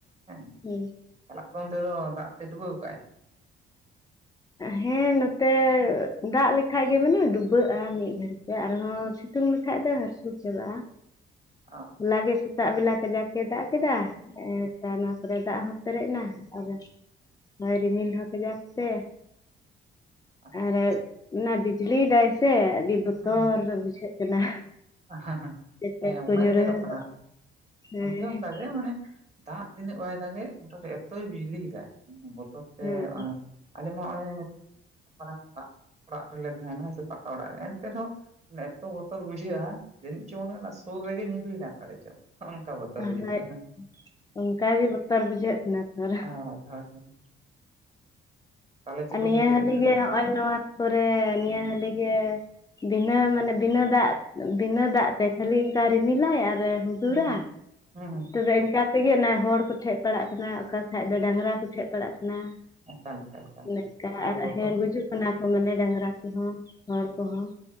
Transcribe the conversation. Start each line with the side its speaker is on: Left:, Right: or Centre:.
Right: ᱦᱮᱸ
Left: <unintelligible>
Right: ᱛᱟᱦᱚᱞᱮ ᱯᱮ ᱚᱱ ᱛᱮᱫᱚ ᱫᱟᱜ ᱛᱮ ᱰᱩᱵᱟᱹᱣ ᱟᱠᱟᱟᱜᱼᱟᱭ?
Left: ᱦᱮᱸ ᱱᱚᱛᱮ ᱫᱟᱜ ᱞᱮᱠᱷᱟᱡ ᱜᱮ ᱢᱟᱱᱮ ᱰᱩᱵᱟᱹᱜᱼᱟ ᱢᱤᱫ ᱜᱷᱟᱹᱲᱤᱡ ᱛᱮ, ᱟᱨᱦᱚᱸ ᱥᱤᱛᱩᱝ ᱞᱮᱠᱷᱟᱡ ᱫᱚ ᱦᱟᱥᱩᱨ ᱪᱟᱵᱟᱜᱼᱟ᱾
Right: ᱚ
Left: ᱦᱚᱞᱟᱜᱮ ᱥᱮᱛᱟᱜ ᱵᱮᱞᱟ ᱠᱟᱡᱟᱠᱮ ᱫᱟᱜ ᱠᱮᱫᱟ᱾ ᱮᱠᱷ ᱚᱱᱟ ᱠᱚᱨᱮ ᱫᱟᱜ ᱦᱚᱸ ᱯᱮᱨᱮᱡ ᱮᱱᱟ ᱟᱫᱚᱭ ᱨᱤᱢᱤᱞ ᱦᱚᱸ ᱠᱟᱡᱟᱠ ᱛᱮ,
Right: ᱟᱪᱪᱷᱟ
Left: ᱟᱨ
Right: ᱟᱪᱪᱷᱟ
Left: ᱚᱱᱟ ᱵᱤᱡᱽᱞᱤ ᱫᱟᱭ ᱥᱮ ᱟᱫᱤ ᱵᱚᱛᱚᱨ
Right: ᱦᱮᱸ ᱦᱮᱸ
Left: ᱵᱚᱛᱚᱨᱚ ᱵᱩᱡᱷᱟᱹᱜ ᱠᱟᱱᱟ᱾
Right: ᱦᱮᱸ ᱦᱮᱸ
Left: ᱪᱮᱴᱮᱡ
Right: ᱦᱮᱸ
Left: ᱠᱚ
Right: ᱚᱱᱟᱜᱮ
Left: ᱧᱩᱨᱦᱟᱹᱜᱚᱜ
Right: ᱧᱮᱞᱚᱜ ᱠᱟᱱᱟ,
Left: ᱦᱮᱸ
Right: ᱱᱛᱮ ᱚᱱᱠᱟ ᱜᱮ ᱢᱟᱱᱮ ᱫᱟᱜ ᱛᱤᱱᱟᱹᱜ ᱵᱟᱭ ᱫᱟᱜᱮᱜ ᱢᱚᱴᱟᱢᱩᱴᱤ ᱮᱛᱚᱭ ᱵᱤᱡᱽᱞᱤᱭ ᱫᱟᱭ ᱵᱚᱛᱚᱨ ᱛᱮ
Left: ᱦᱮᱸ
Right: ᱟᱞᱮ ᱢᱟ ᱱᱚᱜᱼᱚᱭᱼᱼ ᱢᱟᱨᱟᱝ ᱚᱲᱟᱜ ᱚᱲᱟᱜ ᱨᱮᱞᱮ ᱛᱟᱦᱮᱱᱟ ᱦᱳᱭ ᱥᱮ ᱯᱟᱠᱟ ᱚᱲᱟᱜ ᱨᱮ, ᱮᱱᱛᱮ ᱨᱮᱦᱚᱸ ᱮᱛᱚ ᱵᱚᱛᱚᱨ ᱵᱩᱡᱷᱟᱹᱜᱼᱟ ᱡᱟᱹᱱᱤᱡ ᱪᱚᱝ ᱚᱱᱮ ᱚᱱᱟ ᱥᱩᱨ ᱨᱮᱜᱮ ᱧᱩᱨᱦᱩᱭᱱᱟ ᱚᱠᱟᱨᱮ ᱪᱚᱝ᱾ ᱱᱚ-ᱱᱚᱝᱠᱟ ᱵᱚᱛᱚᱨ
Left: ᱟᱨ
Right: ᱵᱩᱡᱟᱹᱜ ᱠᱟᱱᱟ,
Left: ᱚᱱᱠᱟ ᱜᱮ ᱵᱚᱛᱚᱨ ᱵᱩᱡᱷᱟᱹᱜ ᱠᱟᱱᱟ ᱛᱷᱚᱨ
Right: ᱦᱳᱭ ᱦᱳᱭ ᱦᱳᱭ ᱛᱟᱦᱚᱞᱮ ᱪᱮᱫ ᱠᱚᱯᱮ
Left: ᱱᱤᱭᱟᱹ
Right: ᱪᱤᱠᱟᱹᱭᱮᱫᱟ
Left: ᱦᱟᱹᱞᱤᱜ
Right: ᱱᱤᱛᱚᱜ
Left: ᱜᱮ
Right: ᱫᱚ?
Left: ᱱᱚᱜᱼᱚᱭ ᱱᱚᱣᱟ ᱠᱚᱨᱮ ᱱᱤᱭᱟᱹ ᱦᱟᱹᱞᱤ ᱜᱮ ᱵᱤᱱᱟᱹ ᱢᱟᱱᱮ ᱵᱤᱱᱟᱹ ᱫᱟᱜ ᱵᱤᱱᱟᱹ ᱫᱟᱜ ᱛᱮ ᱠᱷᱟᱹᱞᱤ ᱚᱱᱠᱟ ᱨᱤᱢᱤᱞᱟᱭ ᱟᱨᱮ ᱦᱩᱰᱩᱨᱟ
Right: ᱦᱩᱸ ᱦᱩᱸ
Left: ᱛᱚᱵᱮ ᱮᱱᱠᱟ ᱛᱮᱜᱮ ᱚᱱᱟ ᱦᱚᱲ ᱠᱚᱴᱷᱮᱡ ᱯᱟᱲᱟᱜ ᱠᱟᱱᱟ ᱚᱠᱟ ᱠᱷᱟᱡ ᱫᱚ ᱰᱟᱝᱨᱟ ᱠᱚᱴᱷᱮᱡ ᱯᱟᱲᱟᱜ ᱠᱟᱱᱟ᱾
Right: ᱮᱠᱟᱞ ᱮᱠᱟᱞ ᱮᱠᱟᱞ
Left: ᱱᱤᱱᱠᱟ
Right: ᱟᱫᱚ
Left: ᱟᱨ
Right: ᱵᱚᱛᱚᱨ
Left: ᱦᱮᱸ ᱜᱩᱡᱩᱜ ᱠᱟᱱᱟ ᱠᱚ ᱢᱟᱱᱮ ᱰᱟᱝᱨᱟ ᱠᱚᱦᱚᱸ ᱦᱚᱲ
Right: ᱦᱚᱸ
Left: ᱠᱚᱦᱚᱸ,